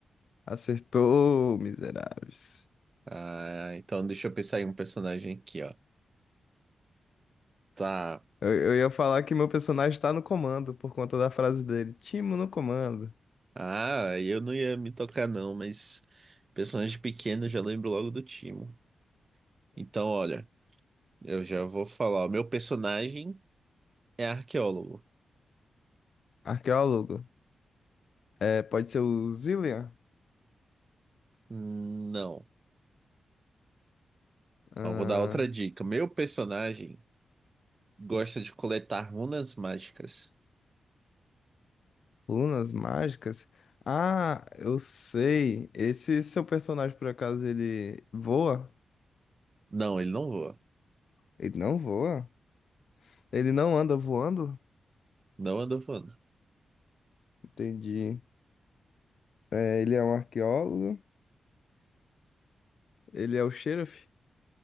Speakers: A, on the left; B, on the right.
A: Acertou, miseráveis.
B: Ah, então deixa eu pensar em um personagem aqui, ó. Tá.
A: Eu, eu ia falar que meu personagem está no comando por conta da frase dele. Timo no comando.
B: Ah, eu não ia me tocar não, mas personagem pequeno eu já lembro logo do Timo. Então, olha, eu já vou falar. O Meu personagem é arqueólogo.
A: Arqueólogo. Eh, pode ser o Zillian?
B: Hum, Não.
A: Ah,
B: Ó, vou dar outra dica. Meu personagem gosta de coletar runas mágicas.
A: Lunas mágicas? Ah, eu sei. Esse seu personagem, por acaso, ele voa?
B: Não, ele não voa.
A: Ele não voa? Ele não anda voando?
B: Não anda voando.
A: Entendi. É, ele é um arqueólogo. Ele é o Sheriff.